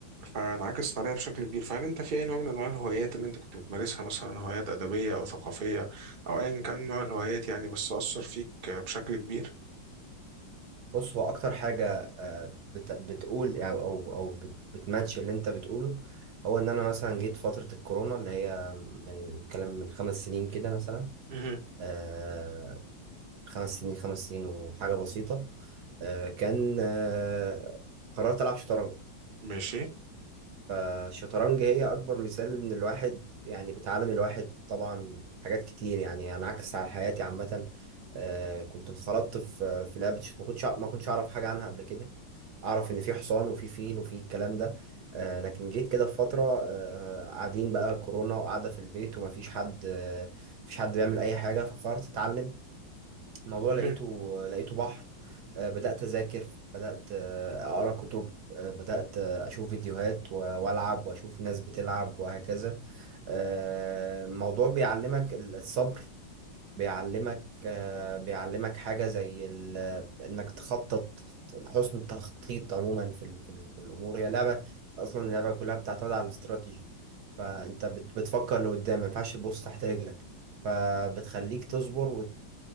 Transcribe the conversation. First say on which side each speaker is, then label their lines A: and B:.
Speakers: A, on the right (about 50°); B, on the right (about 65°).
A: فانعكست عليا بشكل كبير فهل انت في اي نوع من انواع الهوايات اللي انت كنت بتمارسها مثلا هوايات ادبيه او ثقافيه او ايا كان نوع الهوايات يعني بس اثر فيك آه، بشكل كبير
B: بص هو اكتر حاجه آه، بت- بتقول او او او بت- بتماتش اللي انت بتقوله هو ان انا مثلا جيت فتره الكورونا اللي هي من كلام من خمس سنين كده مثلا
A: مهم.
B: آه، خمس سنين خمس سنين وحاجه بسيطه آه، كان آه، قررت العب شطرنج
A: ماشي
B: فالشطرنج هي أكبر مثال إن الواحد يعني بتعلم الواحد طبعا حاجات كتير يعني أنا عكس على حياتي عامة آه، كنت انخرطت في في لعبة الشط ما كنتش أع- ما كنتش أعرف حاجة عنها قبل كده أعرف إن في حصان وفي فيل وفي الكلام ده آه، لكن جيت كده في فترة آه، قاعدين بقى كورونا وقاعدة في البيت ومفيش حد آه، مفيش حد بيعمل أي حاجة فقررت أتعلم الموضوع
A: مهم.
B: لقيته لقيته بحر آه، بدأت أذاكر بدأت آه، أقرأ كتب آه، بدأت آه، أشوف فيديوهات و- وألعب وأشوف ناس بتلعب وهكذا آه، الموضوع بيعلمك ال- الصبر بيعلمك آه، بيعلمك حاجة زي ال- إنك تخطط حسن التخطيط عموما في ال- في ال- في الأمور هي لعبة أصلا اللعبة كلها بتعتمد على الاستراتيجي فأنت بت- بتفكر لقدام ما ينفعش تبص تحت رجلك فبتخليك تصبر وت